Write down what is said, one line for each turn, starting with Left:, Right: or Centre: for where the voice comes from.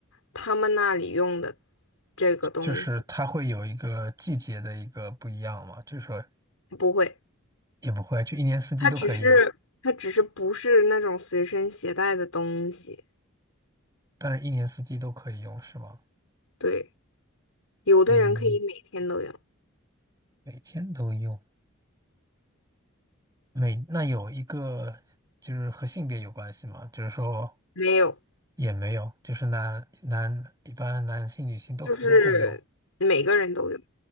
Left: 他们那里用的这个东西，
Right: 就是它会有一个季节的一个不一样嘛，就是说
Left: 不会。
Right: 也不会，就一年四季都可以用，
Left: 它只是它只是不是那种随身携带的东西。
Right: 但是一年四季都可以用是吗？
Left: 对，有的人可以每天都用，
Right: 嗯，每天都用。每那有一个就是和性别有关系吗？就是说
Left: 没有，
Right: 也没有，就是男男一般男性女性都可都会用，
Left: 就是每个人都用。